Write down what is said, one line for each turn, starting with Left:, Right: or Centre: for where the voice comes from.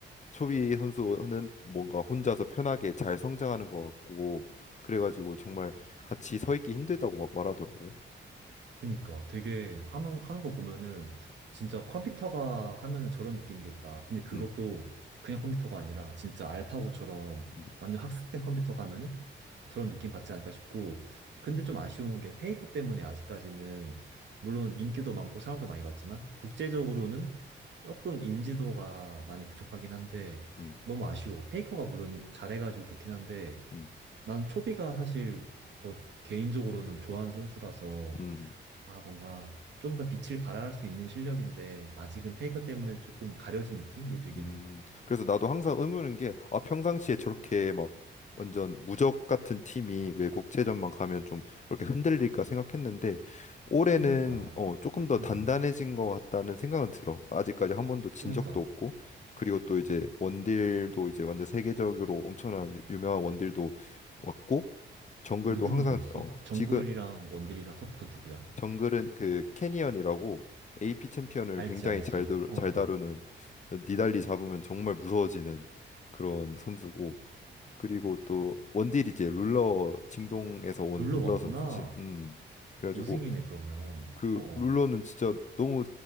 Left: 초비 선수는 뭔가 혼자서 편하게 잘 성장하는 것 같고 그래가지고 정말 같이 서 있기 힘들다고 막 말하더라고.
Right: 그니까 되게 하면, 하는 거 보면은 진짜 컴퓨터가 하면은 저런 느낌이겠다. 근데 그것도
Left: 음,
Right: 그냥 컴퓨터가 아니라 진짜 알파고처럼
Left: 음,
Right: 완전 학습된 컴퓨터가 하면은 저런 느낌 받지 않을까 싶고. 근데 좀 아쉬운 게 페이커 때문에 아직까지는 물론 인기도 많고 사랑도 많이 받지만 국제적으로는 조금 인지도가 많이 부족하긴 한데
Left: 음,
Right: 너무 아쉬워. 페이커가 물론 잘해가지고 좋긴 한데
Left: 음,
Right: 난 초비가 사실 더 개인적으로는 좋아하는 선수라서
Left: 음,
Right: 아, 뭔가 좀 더 빛을 발할 수 있는 실력인데 아직은 페이커 때문에 조금 가려진 느낌이 들긴
Left: 음.
Right: 해.
Left: 그래서 나도 항상 의문인 게, 아, 평상시에 저렇게 막 완전 무적 같은 팀이 왜 국제전만 가면 좀 그렇게 흔들릴까 생각했는데, 올해는
Right: 그니까,
Left: 어, 조금 더
Right: 음,
Left: 단단해진 것 같다는 생각은 들어. 아직까지 한 번도 진
Right: 그니까
Left: 적도 없고, 그리고 또 이제 원딜도 이제 완전 세계적으로 엄청난 유, 유명한 원딜도 왔고, 정글도
Right: 누구
Left: 항상
Right: 누구 있어?
Left: 어,
Right: 정글이랑
Left: 지금
Right: 원딜이랑 서포터 누구야?
Left: 정글은 그 캐니언이라고 AP 챔피언을
Right: 알지
Left: 굉장히
Right: 알지.
Left: 잘, 다루,
Right: 어
Left: 잘
Right: 어.
Left: 다루는 저 니달리 잡으면 정말 무서워지는 그런 선수고 그리고 또 원딜이 이제 룰러 징동에서 온
Right: 룰러
Left: 룰러
Right: 왔구나.
Left: 선수지. 음. 그래가지고
Right: 우승이네 그러면.
Left: 그
Right: 어
Left: 룰러는
Right: 어.
Left: 진짜 너무